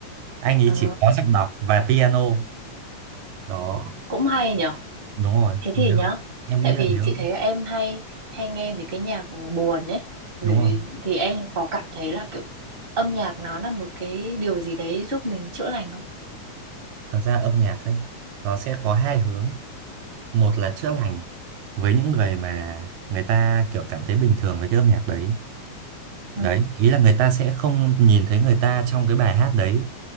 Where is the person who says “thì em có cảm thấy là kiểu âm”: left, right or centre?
Right